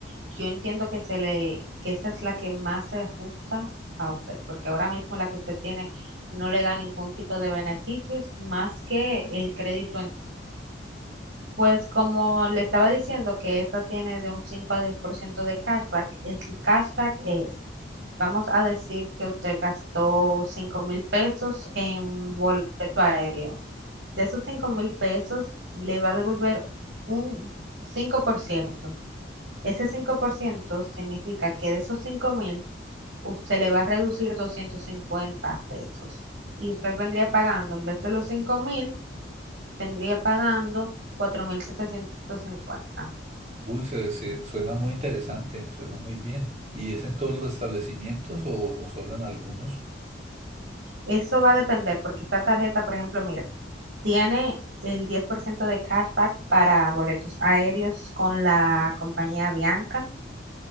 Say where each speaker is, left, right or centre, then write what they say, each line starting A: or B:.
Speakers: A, on the right; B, on the right.
A: yo entiendo que, se le, que esa es la que más se ajusta a usted, porque ahora mismo la que usted tiene no le da ningún tipo de beneficios más que el crédito en sí. Pues como le estaba diciendo que esta tiene de un 5 a 10% de cashback, el cashback es, vamos a decir que usted gastó cinco mil pesos en boleto aéreo. De esos cinco mil pesos le va a devolver un 5%. Ese 5% significa que de esos 5 mil usted le va a reducir 250 pesos. Y usted vendría pagando en vez de los cinco mil vendría pagando 4.750.
B: Uy, se, se- suena muy interesante, suena muy bien. ¿Y es en todos los establecimientos o, o solo en algunos?
A: Eso va a depender porque esta tarjeta, por ejemplo, mira, tiene el 10% de cashback para boletos aéreos con la compañía Bianca,